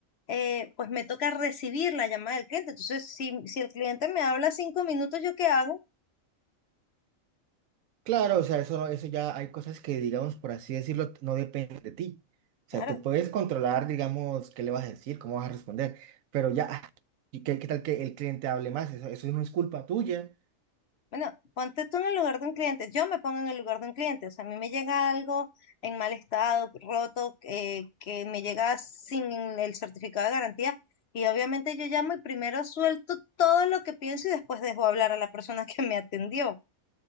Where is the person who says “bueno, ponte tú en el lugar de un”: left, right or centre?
Left